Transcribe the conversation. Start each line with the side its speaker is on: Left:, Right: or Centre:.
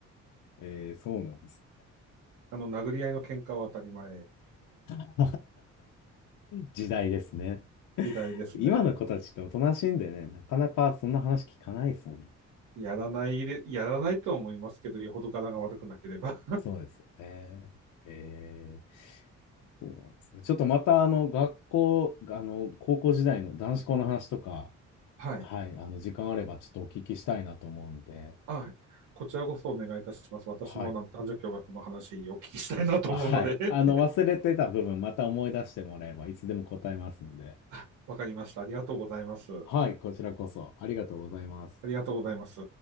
Left: えー、そうなんです。
Right: あの、殴り合いの喧嘩は当たり前
Left: <laughs> 時代ですね。
Right: <laughs>
Left: <laughs>
Right: 時代ですね。
Left: 今の子たちっておとなしいんでね、なかなかそんな話聞かないですもんね。
Right: やらないで、やらないとは思いますけど、よほど柄が悪くなければ。<laughs>
Left: そうですよね。えー、そうなんですね。ちょっとまた、あの、学校、あの、高校時代の男子校の話とか、
Right: はい。
Left: はい、あの、時間あればちょっとお聞きしたいなと思うんで、
Right: あ、こちらこそお願いいたします。私もあの男女共学の話をお聞きしたいなと思うので
Left: はい。はい。あの、忘れてた部分、また思い出してもらえば、いつでも答えますんで。
Right: <laughs> わかりました。ありがとうございます。あ
Left: はい、こちらこそ、ありがとうございます。
Right: りがとうございます。